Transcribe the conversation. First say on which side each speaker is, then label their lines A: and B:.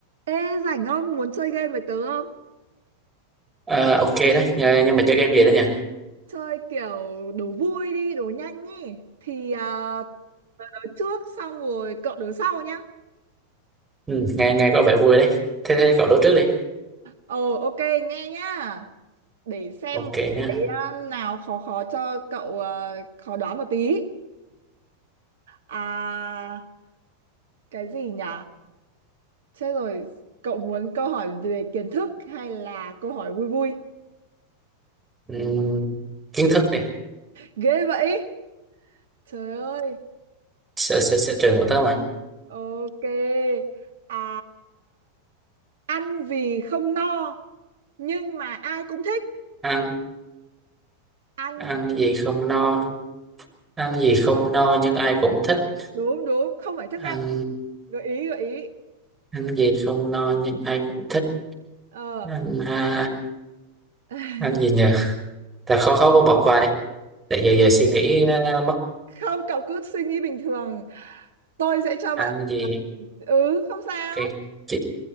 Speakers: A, on the right; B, on the right.
A: Ê, rảnh không? Muốn chơi game với tớ không?
B: Ờ, ok đấy Nhà- nhưng mà chơi game gì đấy nhỉ
A: Chơi kiểu đố vui đi, đố nhanh ý. Thì à, tớ trước xong rồi cậu đố sau nhá.
B: ừ, nghe nghe có vẻ vui đấy thế thế cậu đố trước đi
A: Ồ, ok, nghe nhá. Để xem
B: ok nhá
A: cái à, nào khó khó cho cậu à, khó đoán một tí. À, cái gì nhỉ? Chết rồi, cậu muốn câu hỏi về kiến thức hay là câu hỏi vui vui?
B: ừ, kiến thức đi
A: Ghê vậy! Trời ơi!
B: sở, sở, sở trường của tớ mà
A: Ok. À... ăn vì không no nhưng mà ai cũng thích
B: ăn
A: ăn
B: ăn gì không no ăn gì không no nhưng ai cũng thích
A: đúng đúng không phải thức ăn
B: ăn
A: gợi ý gợi ý
B: ăn gì không no nhưng ai cũng thích
A: ờ
B: ăn à,
A: <laughs>
B: ăn gì nhỉ ta khó khó có bỏ qua đi tại giờ giờ suy nghĩ ờ, mất
A: không cậu cứ suy nghĩ bình thường tôi sẽ cho bạn
B: ăn gì
A: ừ không sao
B: cái chị-